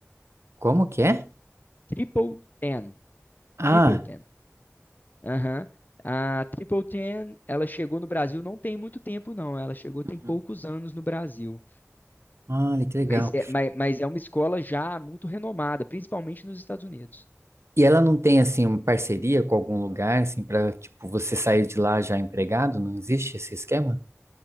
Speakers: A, on the right (about 65°); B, on the left (about 40°).
A: Como que é?
B: Triple Ten.
A: Ah,
B: Triple Ten. Aham. A Triple Ten, ela chegou no Brasil não tem muito tempo, não. Ela chegou tem poucos
A: Hum.
B: anos no Brasil.
A: olha que legal.
B: Mas é, mas mas é uma escola já muito renomada, principalmente nos Estados Unidos.
A: E ela não tem assim uma parceria com algum lugar assim para tipo você sair de lá já empregado? Não existe esse esquema?